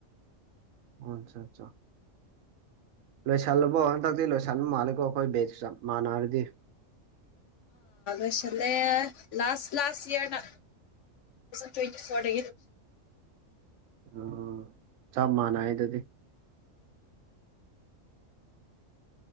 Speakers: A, on the right (about 80°); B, on the left (about 70°).
A: ꯍꯁ ꯆ ꯂꯣꯏꯁꯤꯜꯂꯨꯕꯣ ꯍꯟꯗꯛꯇꯤ ꯂꯣꯏꯁꯤꯜꯂꯨ ꯃꯥꯜꯂꯦꯀꯣ ꯑꯩꯈꯣꯏ ꯕꯦꯒꯁꯨ ꯆꯞ ꯃꯥꯟꯅꯔꯗꯤ
B: ꯑꯁꯂꯦ ꯂꯥꯁꯥꯁ ꯂꯥꯁꯥꯁ ꯏꯌꯥꯔꯅ ꯇ꯭ꯋꯦꯟꯇꯤ ꯐꯣꯔꯦ
A: ꯑꯣ ꯆꯞ ꯃꯥꯟꯅꯌꯦ ꯑꯗꯨꯗꯤ